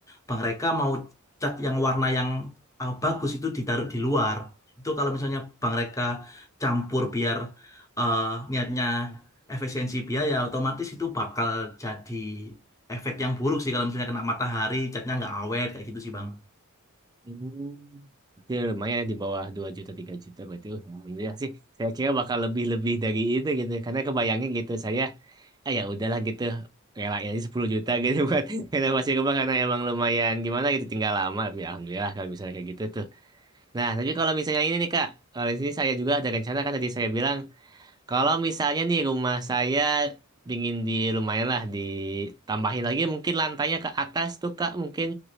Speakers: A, on the left; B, on the right.
A: Bang Reka mau cat yang warna yang eh, bagus itu ditaruh di luar. Itu kalau misalnya Bang Reka campur biar eh, niatnya efisiensi biaya, otomatis itu bakal jadi efek yang buruk sih kalau misalnya kena matahari, catnya nggak awet kayak gitu sih Bang.
B: Hmm. Berarti lumayan ya di bawah 2 juta 3 juta berarti uh, alhamdulillah sih. Saya kira bakal lebih-lebih dari itu gitu. Karena kebayangnya gitu saya ah ya udahlah gitu relain aja 10 juta gitu <laughs> buat renovasi rumah karena emang lumayan gimana gitu tinggal lama tapi alhamdulillah kalau misalnya kayak gitu tuh Nah, tapi kalau misalnya ini nih Kak, kalau di sini saya juga ada rencana kan tadi saya bilang, kalau misalnya nih rumah saya pingin di lumayan lah ditambahin lagi mungkin lantainya ke atas tuh Kak mungkin